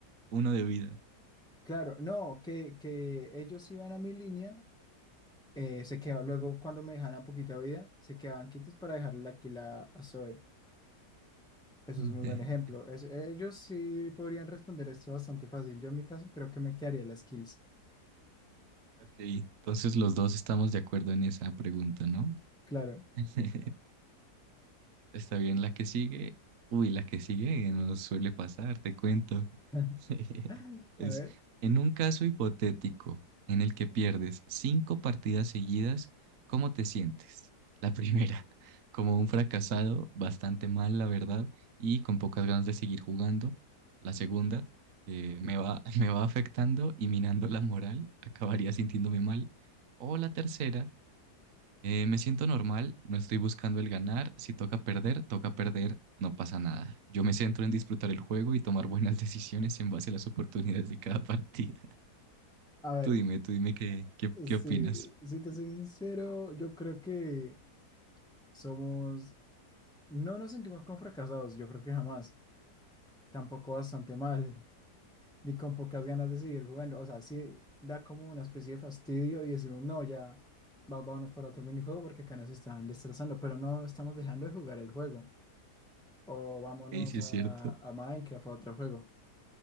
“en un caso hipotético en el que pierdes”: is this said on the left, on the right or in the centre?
Right